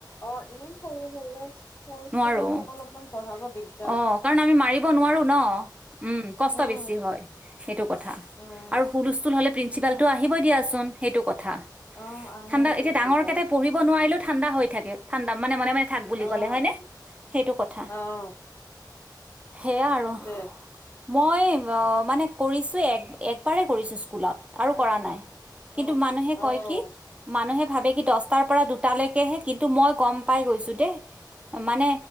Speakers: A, on the left; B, on the right.
A: অ ইমান সৰু স
B: নোৱাৰো
A: ষ্টুডেন্টক অলপমান পঢ়াব দিগ
B: অ কাৰণ আমি মাৰিব নোৱাৰো ন উম কষ্ট
A: উম,
B: বেছি হয় সেইটো কথা
A: উম,
B: আৰু হুলস্থুল হ'লে প্ৰিন্ঞ্চিপালটো
A: কিয়
B: আহিবই দি য়াচোন সেইটো কথা।
A: অ', আহে
B: ঠাণ্ডা
A: প্ৰিন্সিপাল।
B: এতিয়া ডাঙৰ কেইটাই পঢ়িব নোৱাৰিলো ঠাণ্ডা হৈ থাকে ঠাণ্ডা মানে মনে মনে থাক বুলি
A: অ',
B: ক'লে হয় নে সেইটো কথা।
A: অ',
B: সেইয়া আৰু।
A: সেইটোৱে
B: মই মানে কৰিছোঁ এক একবাৰেই কৰিছোঁ স্কুলত। তাৰো কৰা নাই
A: অ',
B: কিন্তু মানুহে
A: অ',
B: কয় কি মানুহে ভাবে কি দহটাৰ পৰা দুটালৈকেহে কিন্তু মই গম পাই গৈছো দেই মানে